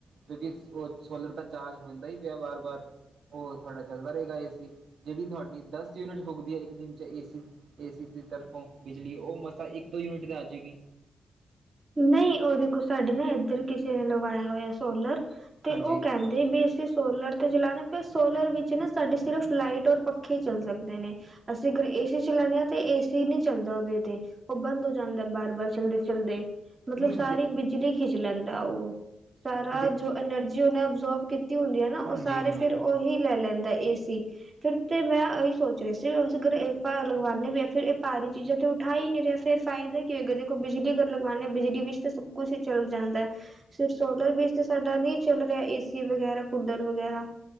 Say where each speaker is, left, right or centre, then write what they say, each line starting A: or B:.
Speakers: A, on the right (about 65°); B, on the right (about 25°).
A: ਕਿਉਂਕਿ ਉਹ ਸੋਲਰ ਤਾਂ ਚਾਰਜ ਹੁੰਦਾ ਹੀ ਪਿਆ ਵਾਰ- ਵਾਰ, ਉਹ ਤੁਹਾਡਾ ਚੱਲਦਾ ਰਹੇਗਾ ਏ ਸੀ, ਜਿਹੜੀ ਤੁਹਾਡੀ ਦਸ ਯੂਨਿਟ ਫੁਕਦੀ ਐ ਇੱਕ ਦਿਨ ਚ ਏ ਸੀ, ਏ ਸੀ ਦੀ ਤਰਫੋਂ ਬਿਜਲੀ ਉਹ ਮਸਾਂ ਇੱਕ ਦੋ ਯੂਨਿਟ ਤੇ ਆ ਜੇਗੀ।
B: ਨਹੀਂ ਉਹ ਦੇਖੋ ਸਾਡੇ ਨਾ ਇੱਧਰ ਕਿਸੇ ਨੇ ਲਗਵਾਇਆ ਹੋਇਆ ਸੋਲਰ ਤੇ
A: ਹਾਂਜੀ
B: ਉਹ ਕਹਿਣ ਵੀ ਅਸੀਂ ਸੋਲਰ ਤੇ ਚਲਾਾਨ ਪਰ ਸੋਲਰ ਵਿੱਚ ਨਾ ਸਾਡੇ ਸਿਰਫ ਲਾਈਟ ਔਰ ਪੱਖੇ ਚੱਲ ਸਕਦੇ ਨੇ। ਅਸੀਂ ਅਗਰ ਏਸੀ ਚਲਾਉਾਨਣੇ ਆਾਂ ਤੇ ਏਸੀ ਨੀ ਤੇ ਉਹ ਬੰਦ ਹੋ ਜਾਂਦਾ ਬਾਰ-ਬਾਰ ਚਲਦੇ ਚੱਲਦੇ ਮਤਲਬ
A: ਨਹੀਂ
B: ਸਾਰੀ ਬ। ਖਿੱਚ ਲੈਂਦਾ ਉਹ। ਸਾਰਾ
A: ਦੇ
B: ਜੋ ਐਨਰਜੀ ਉਹਨੇ ਅਬਜੋਰਬ ਕੀਤੀ ਹੁੰਦੀ ਹੈ
A: ਹਾਂਜੀ
B: ਨਾ ਉਹ ਸਾਰੇ
A: ਹਾਂਜੀ
B: ਫਿਰ ਉਹੀ ਲੈ ਲੈਂਦਾ ਏਸੀ। ਫਿਰ ਤੇ ਮੈਂ ਇਹੀ ਸੋਚ ਰਿਹਾ ਸੀ ਇਕ ਬਾਰ ਲਗਵਾਾਨੇ ਵੀ ਫਿਰ ਇਹ ਪਾਰੀ ਚੀਜ਼ਾਂ ਤੇ ਉਠਾ ਹੀ ਨਹੀਂ ਰਿਹਾ ਫਿਰ ਫਾਇਦਾ ਕੀ ਹੋਏਗਾ ਦੇਖੋ ਬਿਜਲੀ ਅਗਰ ਲਗਵਾਉਦੇ ਹ ਬਿਜਲੀ ਵਿੱਚ ਤਾਂ ਸਭ ਕੁਛ ਹੀ ਚੱਲ ਜਾਂਦਾ। ਸਿਰਫ ਸੋਲਰ ਬ੍ਰਿਜ ਤੇ ਸਾਡਾ ਨਹੀਂ ਚੱਲ ਰਿਹਾ ਏਸੀ ਵਗੈਰਾ ਕੂਡਰ ਵਗੈਰਾ